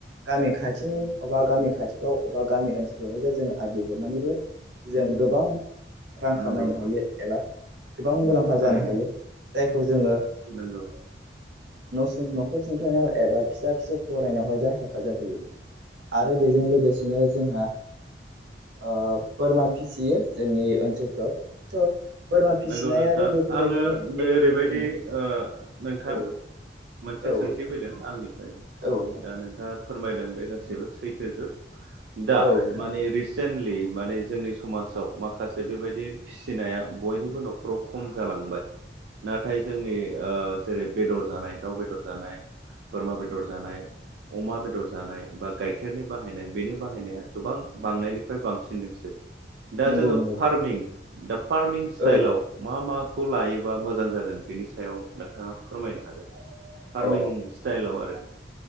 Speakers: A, on the right; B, on the right.
A: गामि खाथिनि अबा गामि खाथिफ्राव अबा गामि ओनसोलफ्रावहाय जे जों आदि हरनानैबो जों गोबां रां खामायनो
B: नंगौ
A: हायो एबा गोबां मुलाम्फा
B: नंगौ थारैनो
A: जानो हायो जायखौ जोङो
B: नंगौ
A: न सुं नखर सुंथानायाव एबा फिसा फिसौ फरायनायावहाय जा हेफाजाब होयो आरो बेजों लोगोसे बिसनो जोंहा ओ बोरमा फिसियो जोंनि ओनसोलफ्राव स' बोरमा फिसिनायाबो
B: नंगौ नोंथां
A: बेफोरबायदिनो
B: आङो नै
A: एखे
B: ओरैबायदि
A: रोखोमनि
B: ओ नोंथां
A: औ
B: मोनसे
A: औ नोंथां
B: सोंथि फैदों आंनि
A: औ नोंथां
B: दा नोंथाङा फोरमायदों बे गासैबो सैथो जुग दा
A: औ नोंथां
B: माने रि सेनलि माने जोंनि समाजाव माखासे बेबायदि फिनाया बयनिबो न'खराव खम जालांबाय। नाथाय जोंनि ओ जेरै बेदर जानाय दाउ बेदर जानाय बोरमा बेदर जानाय अमा बेदर जानाय बा गाइखेरनि बाहायनाय बेनि बाहायनाया गोबां बांनायनिफ्राय बांसिनदोंसो। दा
A: नंगौ
B: जोङो
A: नंगौ
B: फार्मिं
A: नोंथां
B: दा फार्मिं स्टाइलाव
A: औ
B: मा मा खौ लायोबा मोजां जागोन बेनि सायाव नोंथाङा फोरमायनो हागोन फार्मिं
A: औ
B: सटाइलाव आरो